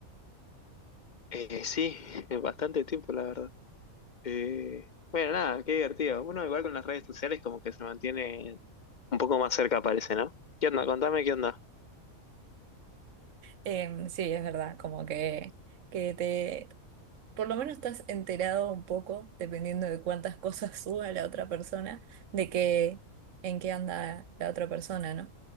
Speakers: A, on the left; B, on the right.
A: Eh, sí, <laughs> bastante tiempo, la verdad. Eh, bueno, nada, qué divertido. Uno igual con las redes sociales como que se mantiene un poco más cerca, parece, ¿no? ¿Qué onda? Contame qué onda.
B: Em, sí, es verdad, como que, que te, por lo menos estás enterado un poco, dependiendo de cuántas <laughs> cosas suba la otra persona, de qué, en qué anda la otra persona, ¿no?